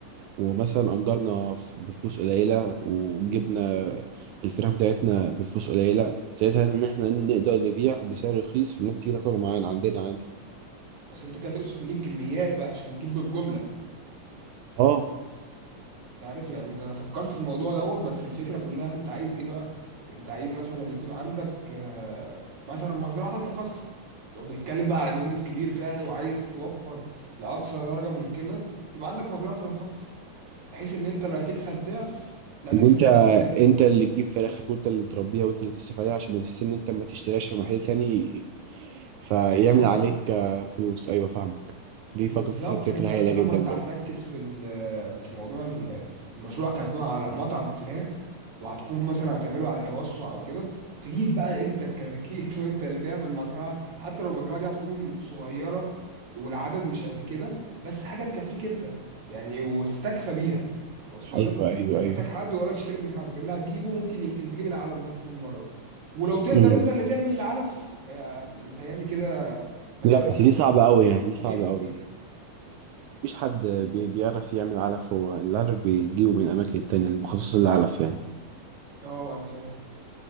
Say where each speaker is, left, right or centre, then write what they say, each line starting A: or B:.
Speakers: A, on the right; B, on the right.
A: ومثلا أجرنا ف- بفلوس قليلة وجبنا الفراخ بتاعتنا بفلوس قليلة ساعتها إن إحنا نقدر نبيع بسعر رخيص فالناس تيجي تاكل معانا عندنا عادي
B: بس انت كده تقصد نجيب كميات بقى عشان نجيب بالجمله
A: اه
B: انت عارف يعني ده انا فكرت في الموضوع دوت بس الفكره كلها انت عايز ايه بقى انت عايز مثلا يكون عندك آه، مثلا مزرعتك الخاصه لو بنتكلم بقى على بيزنس كبير فعلا وعايز توفر لاقصى درجه ممكنه تبقى عندك مزرعتك الخاصه بحيث ان انت لا تكسب ضعف لا تكسب
A: إن أنت
B: الضعفين
A: أنت اللي تجيب فراخك وأنت اللي تربيها وأنت اللي تصرف عليها عشان بنحس إن أنت ما تشتريهاش في محل تاني فيعمل
B: اه
A: عليك آه، فلوس أيوة فاهمك دي
B: بالظبط
A: فك- ف- فكرة
B: تبدأ
A: هايلة
B: طالما
A: جدا
B: انت
A: برضه
B: هتركز في ال- في موضوع ال- المشروع هيكون على مطعم فراخ وهتكون مثلا هتعمله على توسع او كده تجيب بقى انت الكتاكيت <laughs> وانت اللي تعمل مزرعة حتى لو المزرعة دي هتكون صغيرة والعدد مش قد كده بس حاجة تكفيك انت يعني وتستكفى بيها واصله
A: أيوة
B: لك
A: أيوة
B: لا هتحتاج
A: أيوة
B: حد ولا تشتري من حد اللي هتجيبه ممكن يمكن تجيب العلف بس من بره ولو تقدر
A: مم.
B: انت اللي تعمل العلف آه، متهيألي كده مكسبك
A: لا بس دي
B: هيبقى
A: صعبة أوي يعني دي صعبة
B: 100%
A: أوي مفيش حد بي- بيعرف يعمل علف هو العلف بيجيبه من الأماكن التانية المخصصة للعلف يعني
B: اه انا فاهم